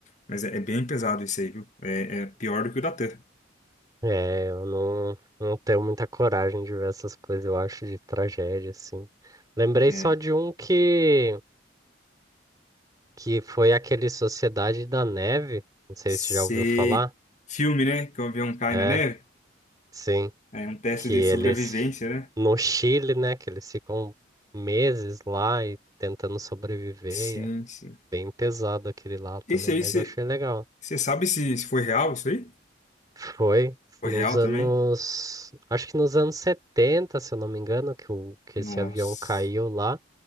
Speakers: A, on the left (about 40°); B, on the right (about 20°).
A: mas é, é bem pesado isso aí, viu? É, é pior do que o da Tan.
B: É, eu não, não tenho muita coragem de ver essas coisas, eu acho, de tragédia, assim. Lembrei
A: É,
B: só de um que, que foi aquele Sociedade da Neve, não sei
A: sei.
B: se já ouviu falar.
A: Filme, né? Que o avião cai
B: É,
A: na neve.
B: sim,
A: É um teste
B: que
A: de
B: eles,
A: sobrevivência, né?
B: no Chile, né, que eles ficam meses lá e tentando sobreviver,
A: Sim,
B: é
A: sim.
B: bem pesado aquele lá também,
A: Esse aí,
B: mas
A: você
B: eu achei legal.
A: sabe se, se foi real isso aí?
B: Foi
A: Foi
B: nos
A: real
B: anos,
A: também?
B: acho que nos anos 70, se eu não me engano, que, o, que
A: Nossa.
B: esse avião caiu lá.